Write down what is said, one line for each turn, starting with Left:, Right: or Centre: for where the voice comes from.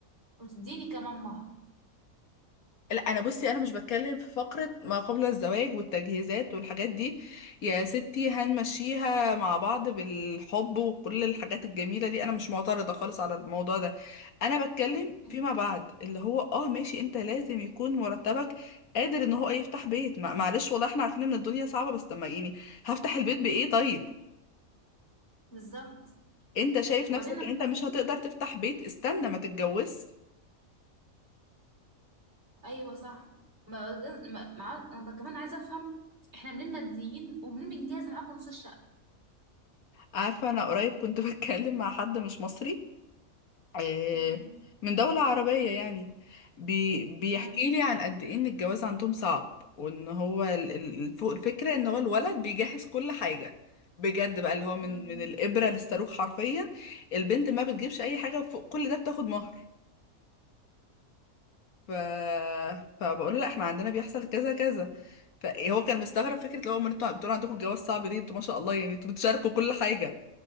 Right: وتديني كمان مهر
Left: لا انا بصي انا مش بتكلم في فقرة ما قبل الزواج والتجهيزات والحاجات دي يا ستي هنمشيها مع بعض بالحب وكل الحاجات الجميلة دي انا مش معترضة خالص على الموضوع ده انا بتكلم
Right: مم.
Left: فيما بعد اللي هو اه ماشي انت لازم يكون مرتبك قادر ان هو يفتح بيت ما- معلش والله احنا عارفين ان الدنيا صعبة بس طب ما يعني هفتح البيت بايه طيب
Right: بالظبط
Left: انت شايف
Right: وبعدين
Left: نفسك
Right: انا
Left: ان انت
Right: اصلا
Left: مش هتقدر تفتح بيت استنى ما تتجوزش
Right: ايوه صح ما ما ما- انا كمان عايزه افهم احنا منين ماديين ومنين بنجهز معاكم نص الشقه
Left: عارفة أنا قريب كنت <laughs> بتكلم مع حد مش مصري آه،
Right: امم
Left: من دولة عربية يعني بي بيحكي
Right: امم
Left: لي عن قد إيه إن الجواز عندهم صعب وإن هو ال- ال- الف- الفكرة إن هو الولد بيجهز كل حاجة بجد بقى اللي هو من
Right: امم
Left: من الإبرة للصاروخ حرفيا البنت ما بتجيبش أي حاجة وفوق كل ده بتاخد مهر ف... فبقول له لا احنا عندنا بيحصل كذا كذا فهو كان مستغرب فكرة اللي هو ما انتوا بتقولوا عندكم الجواز صعب ليه انتوا ما شاء الله يعني انتوا بتشاركوا كل حاجة